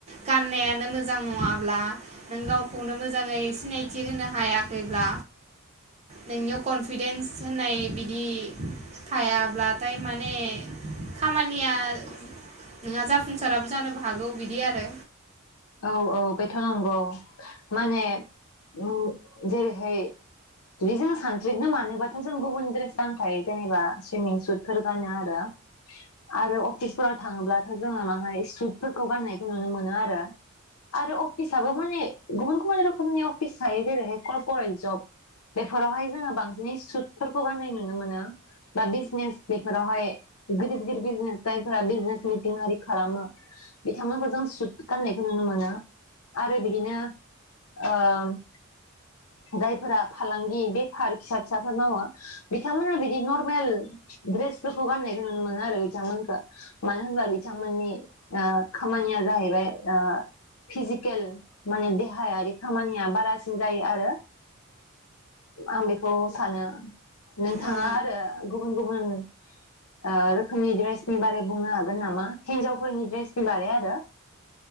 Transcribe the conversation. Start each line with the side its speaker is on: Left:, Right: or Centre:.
Right: गाननायानो मोजां नङाब्ला नों गाव खौनो मोजाङै सिनायथि होनो हायाखैब्ला नोंनियाव कनफिडेन्स होननाय बिदि थायाब्लाथाय माने खामानिया नोंहा जाफुंसाराबो जानोबो हागौ बिदि आरो
Left: औ औ बेथ नंगौ माने ओम जेरैहाय बिदि जों सानस्रिनो मानोबाथ जों गुबुन द्रेस गांथाय जेनेबा सुइमिं सुटफोर गानो आरो आरो अफिसफोराव थाङोब्लाथ जोङो माहाय सुइतफोरखौ गाननायखौ नुनो मोनो आरो आरो अफिसाबबो माने गुबुन गुबुन रोखोमनि अफिस थायो जेरैहाय करर्परेट जब बेफोरावहाय जोङो बांसिनै सुटफोरखौ गाननाय नुनो मोनो। बा बिजनेस बेफोरावहाय गिदिर गिदिर बिजनेसफोरा बिजनेस मिथिं आरि खालामो बिथांमोनखौ जों सुट गाननाय नुनो मोनो आरो बिदिनो ओ जायफोरा फालांगि बेफार फिसा फिसाफोर मावो बिथांमोना बिदि नर्मेल दड्रेसफोरखौ गाननायखौ नुनो मोनो आरो बिथांमोनखौ मानो होनब्ला बिथांमोननि ओ खामानिया जाहैबाय ओ फिजिकेल माने देहायारि खामानिया बारासिन जायो आरो आं बेखौ सानो नोंथाङा
Right: ओम
Left: आरो गुबुन गुबुन ओ रोखोमनि ड्रेसनि बागै बुंनो हागोन नामा हिनजावफोरनि ड्रेसनि बागै आरो